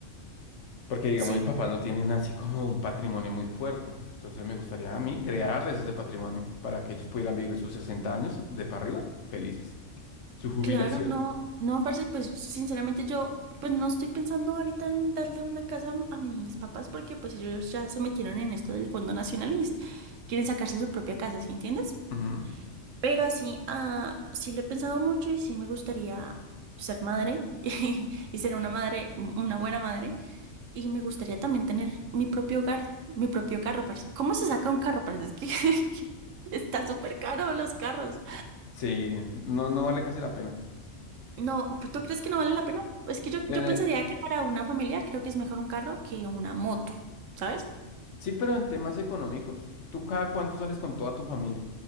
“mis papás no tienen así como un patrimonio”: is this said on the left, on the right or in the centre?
Left